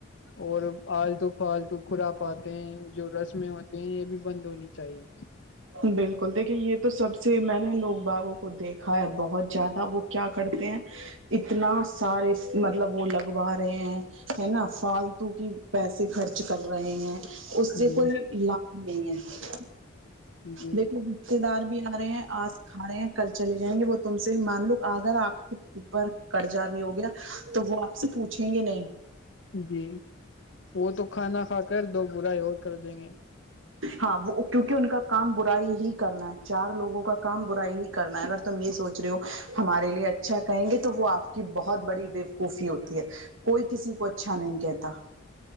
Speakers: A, on the left; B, on the right.
A: اور آالتو پالتو کھرا پاتے ہیں جو رسمیں ہو کہ یہ بھی بند ہونی چاہیے <unintelligible>
B: بالکل دیکھیے یہ تو سب سے میں نے لوگ باغوں کو دیکھا ہے بہت زیادہ وہ کیا کرتے ہیں اتنا سارے مطلب وہ لگوا رہے ہیں ہے نا فالتو کی پیسے خرچ کر رہے ہیں اس
A: جی
B: سے کوئی لابھ نہیں ہے
A: جی
B: دیکھو
A: جی
B: رشتے دار بھی آ رہے ہیں آج <unintelligible> کھا رہے ہیں کل چلے جائیں گے وہ تم سے مان لو اگر آپ کے اوپر قرضا بھی ہو گیا تو وہ آپ سے پوچھیں گے نہیں
A: جی وہ تو کھانا کھا کر دو برائی اور کر دیں گے
B: ہاں وہ کیونکہ ان کا کام برائی ہی کرنا ہے چار لوگوں کا کام برائی ہی کرنا ہے اگر تم یہ سوچ رہے ہو ہمارے لیے اچھا کہیں گے تو وہ آپ کی بہت بڑی ویوکوفی ہوتی ہے کوئی کسی کو اچھا نہیں کہتا